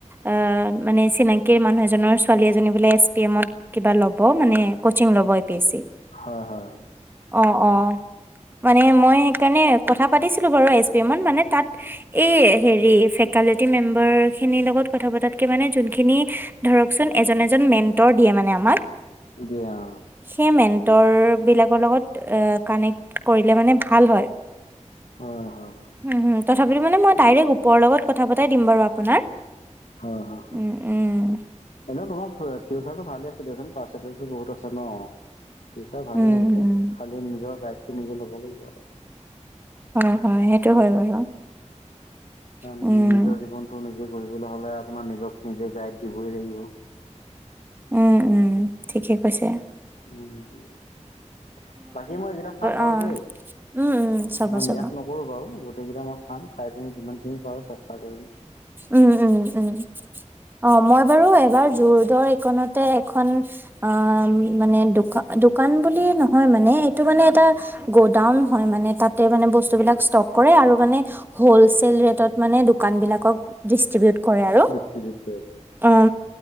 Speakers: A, on the right; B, on the left.
A: আহ মানে চিনাকীৰ মানুহ এজনৰ ছোৱালী এজনী বোলে এছ পি এমত কিবা ল'ব মানে কচিং ল'ব এ পি এছ চি
B: হয় হয়
A: অ অ মানে মই সেইকাৰণে কথা পাতিছিলোঁ বাৰু এছ পি এইমত মানে তাত এই হেৰি ফেকালটি মেম্বাৰ খিনিৰ লগত কথা পতাতকে মানে যোনখিনি ধৰকচোন এজন এজন মেণ্টৰ দিয়ে মানে আমাক
B: দিয়ে অ
A: সেই মেন্টৰ বিলাকৰ লগত কানেক কৰিলে মানে ভাল হয়
B: অ হয় হয়
A: উম তথাপি মানে মই ডাইৰেক ওপৰ লগত কথা পতাই দিম বাৰু আপোনাৰ
B: হয় হয়
A: উম উম
B: এনে তোমাৰ ফিউচাৰটো ভালে আছে দে পাৰ্চেন্টেজ ও বহুত আছে ন ফিউচাৰ ভালে
A: উম
B: হ'ব বাৰু
A: উম
B: খালি নিজৰ গাইডটো নিজে ল'ব লাগিব অলপ
A: হয় হয় সেইটো হয় বাৰু
B: কাৰণ
A: উম
B: নিজৰ জীৱনতটো নিজে গঢ়িবলৈ হলে আপোনাৰ নিজক নিজে গাইড দিবই লাগিব
A: উম উম ঠিকে কৈছে
B: উম বাকী মই এইকেইটা চাম বাৰু
A: অ
B: দেই
A: উম উম চাব
B: মই
A: চাব
B: নিৰাশ নক কৰোঁ বাৰু গোটেইকেইটা মই চাম চাই পিনি যিমান যি পাৰো চেষ্টা কৰিম
A: উম উম উম অ মই বাৰু এবাৰ যোৰদৰ এইকণতে এখন অ মানে দোকান দোকান বুলি নহয় মানে এইটো মানে এটা গ'ডাউন হয় মানে তাতে মানে বস্তুবিলাক ষ্টক কৰে আৰু মানে হ'লচেল ৰেটত মানে দোকান বিলাকক ডিষ্ট্ৰিবিউট কৰে আৰু
B: দিশ্ৰিবিউৎ কৰে
A: অ